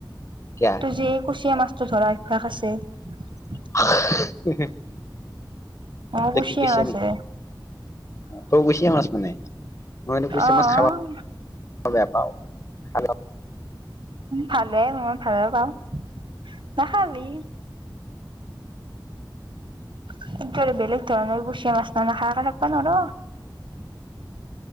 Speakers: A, on the left; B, on the right.
A: কিয়া
B: তোৰ যি এই কুচিয়াঁ মাছটো ধৰা অভ্যাস আছে।
A: <unintelligible>
B: অ',
A: তই
B: কুচিয়াঁ
A: কি কুচিয়া
B: আছে।
A: নেকি তই কুচিয়া মাছ মানে, মই এনে কুচিয়াঁ
B: অ',
A: মাছ খাব বেয়া পাওঁ। হেল্ল'
B: ভালে। মই ভালৰ পাওঁ। নাখাবি।
A: <unintelligible>
B: <unintelligible> বেলেগ ধৰণৰ কুচিয়াঁ মাছ <unintelligible> নোখোৱাকে থাকব নোৱাৰোঁ।